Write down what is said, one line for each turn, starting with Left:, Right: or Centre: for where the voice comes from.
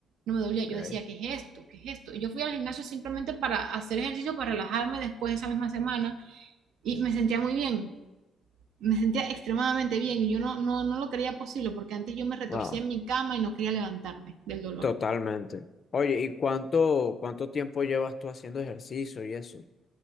Right: No me dolía,
Left: Ok.
Right: yo decía, ¿qué es esto? ¿Qué es esto? Y yo fui al gimnasio simplemente para hacer ejercicio, para relajarme después de esa misma semana y me sentía muy bien, me sentía extremadamente bien y yo no, no, no lo creía posible porque antes yo me retorcía
Left: Wow,
Right: en mi cama y no quería levantarme del dolor.
Left: totalmente. Oye, ¿y cuánto, cuánto tiempo llevas tú haciendo ejercicio y eso?